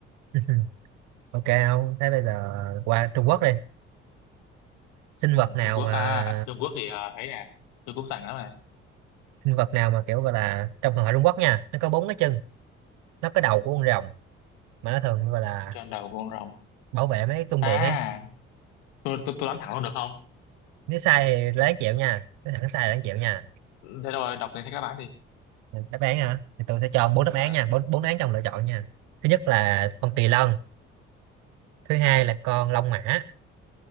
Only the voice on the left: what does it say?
ừ,
Trung Quốc
à Trung Quốc thì ờ, ấy nè tôi cũng rảnh lắm này
trên đầu con rồng
à
tôi tôi tôi đoán thẳng luôn được không
thế rồi đọc đến các đáp án đi
ờ
ờ